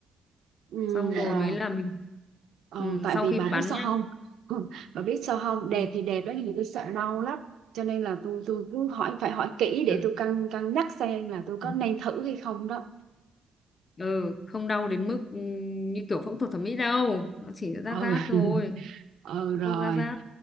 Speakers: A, on the right; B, on the left.
A: Ừ,
B: xong
A: rồi.
B: rồi mới là mình
A: Ờ,
B: ừ,
A: tại
B: sau
A: vì
B: khi
A: bà
B: bắn
A: biết sao
B: nhá
A: không? <laughs> Bà biết sao không? Đẹp
B: ừ.
A: thì đẹp đó nhưng mà tôi sợ đau lắm. Cho nên là tôi tôi cứ hỏi phải hỏi kỹ để
B: À.
A: tôi cân cân nhắc xem là tôi có
B: Ừ,
A: nên thử hay không đó.
B: Ừ, không đau đến mức ừ, như kiểu phẫu thuật thẩm mỹ đâu nó chỉ rát
A: Ừ.
B: rát
A: <laughs>
B: thôi
A: Ừ rồi.
B: đau rát rát